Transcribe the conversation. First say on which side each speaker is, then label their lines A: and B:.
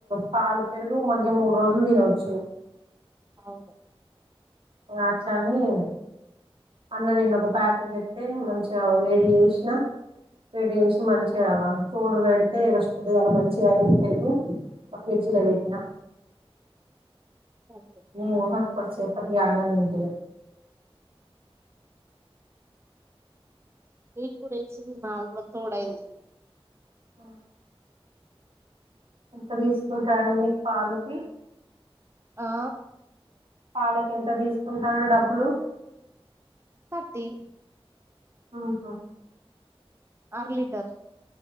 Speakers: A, on the right (about 65°); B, on the right (about 25°).
A: పాలు పెరుగు మంచి మూడు రోజులు తినవచ్చు
B: అవును
A: నాచా మీ అన్న నిు ఒక ప్యాకెట్ పెత్తే మంచిగా వేడి చేేసిన వేడి చేేసి మంచిగా తోడు పెడితే ఇలా పెద్దు అలా మంచిగా అ పెరుగు ఒక ఫ్రిడ్జి లో పెట్టినా
B: అంతే
A: ని ఊహ కొసేక్కని అనం తింటా ఇగ
B: మీన్ కూడాడసింది బాగా తోడై
A: ఆ ఎంత తీసుకుంటారండి మీకు పాలకి
B: ఆ
A: పాలకి ఎంత తీసుకుంటారు డబ్బులు
B: థర్టీ
A: ఆహ
B: ఆర లీటర్